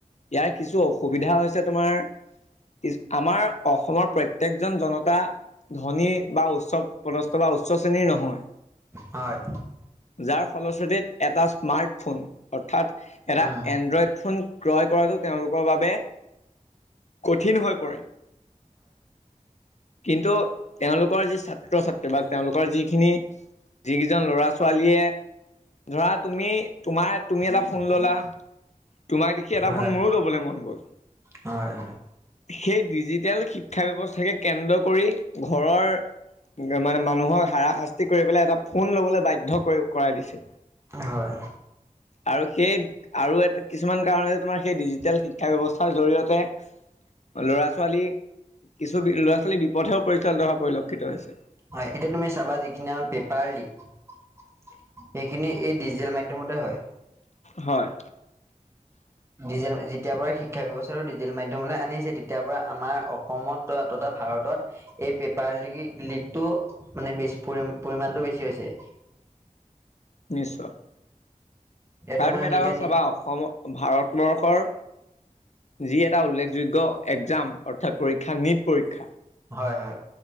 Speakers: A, on the left (about 55°); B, on the right (about 20°).
A: ইয়াৰ কিছু অসুবিধা হৈছে তোমাৰ <unintelligible> আমাৰ অসমৰ প্ৰত্যেকজন জনতা ধনী বা উৎসৱ পদস্থ বা উ উচ্চ শ্ৰেণীৰ নহয়,
B: হয়
A: যাৰ ফলশ্ৰুতিত এটা স্মাৰ্টফোন অৰ্থাৎ এটা
B: হয়
A: এণ্ড্ৰইড ফোন ক্ৰয় কৰাতটো তেওঁলোকৰ বাবে বাবে কঠিন হৈ পৰে। কিন্তু তেওঁলোকৰ যি ছা ছাত্ৰ-ছাত্ৰী বা তেওঁলোকৰ যিখিনি, যিকেইজন ল'ৰা-ছোৱালীয়ে ধৰা তুমি, তোমাৰ-তুমি এটা ফোন ল'লা তোমাক দেখি এটা
B: হয়
A: ফোন মোৰো ল'বলৈ মন গ'ল
B: হয়
A: সেই ডিজিটেল শিক্ষা ব্যৱস্থা কে কেন্দ্ৰ কৰি ঘৰৰ মা মানুহক হাৰাশাস্তি কৰি পেলাই এটা ফোন ল'বলৈ বাধ্য কৰি-কৰাই দিছে।
B: হয়
A: আৰু সেই, আৰু এটা কিছুমান কাৰণে তোমাৰ সেই ডিজিটেল শিক্ষা ব্যৱস্থাৰ জৰিয়তে ল'ৰা-ছোৱালী কিছু বি ল'ৰা-ছোৱালী বিপথেও পৰিচালিত হোৱা পৰিলক্ষিত হৈছে।
B: হয় এতিয়া তুমি চাবা যিখিনি আমাৰ পেপাৰ লিক সেইখিনি এই ডিজিটেল মাধ্যমতে হয়।
A: হয়।
B: ডিজে যেতিয়া পৰাই শিক্ষা ব্যৱস্থাটো ডিজিটেল মাধ্যমলৈ আনিছে, তেতিয়া পৰা আমাৰ অসমত ত ভাৰতত এই পেপাৰ লি লিকটো মানে বেছ পৰি পৰিমাণটো বেছি হৈছে
A: নিশ্চয়।
B: এ
A: তাৰ
B: তোমাৰ
A: তুমি এটা
B: নিতিয়া
A: কথা চাবা অসমৰ ভাৰতবৰ্ষৰ যি এটা উল্লেখযোগ্য এক্জাম অৰ্থাৎ পৰীক্ষা নীট পৰীক্ষা।
B: হয় হয়।